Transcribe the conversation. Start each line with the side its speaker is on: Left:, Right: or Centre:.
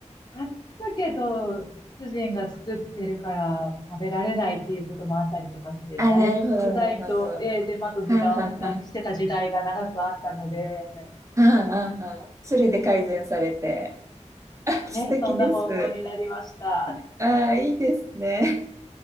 Left: 買ったけど、主人が作ってるから食べられないっていうこともあったりとかして、
Right: あ、
Left: だいぶ食材と、
Right: あ、なるほど、なるほど。は
Left: えー手間と時間を無駄にしてた時代が長くあったので、
Right: あはあは <laughs> ああ、ああ、それで改善されて。あ、
Left: ね、
Right: 素敵です。
Left: そんな方法になりました。
Right: ああ、いいですね。